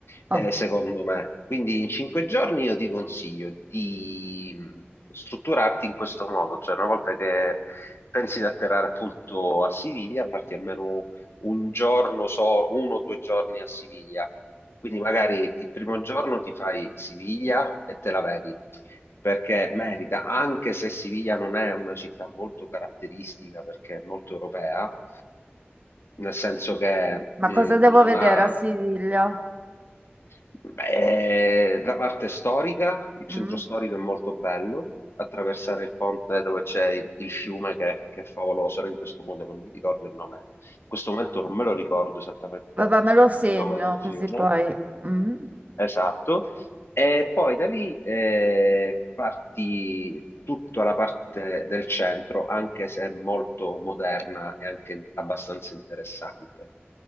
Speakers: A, on the left; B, on the right.
A: eh,
B: oh,
A: secondo me. Quindi in cinque giorni io ti consiglio di mh, strutturarti in questo modo, cioè una volta che pensi di atterrare appunto a Siviglia, parti almeno un giorno, so, uno o due giorni a Siviglia. Quindi magari il primo giorno ti fai Siviglia e te la vedi perché merita, anche se Siviglia non è una città molto caratteristica perché è molto europea, nel senso che
B: ma
A: mh,
B: cosa devo
A: non
B: vedere
A: ha...
B: a Siviglia?
A: Beh, la parte storica, il centro
B: Mm?
A: storico è molto bello, attraversare il ponte dove c'è il, il fiume che, che è favoloso, ora in questo modo non mi ricordo il nome, in questo momento non me lo ricordo esattamente
B: Vabbè, me lo segno
A: il nome del fiume.
B: così poi. Mm?
A: Esatto, e poi da lì eh, parti tutta la parte del centro, anche se molto moderna e anche abbastanza interessante.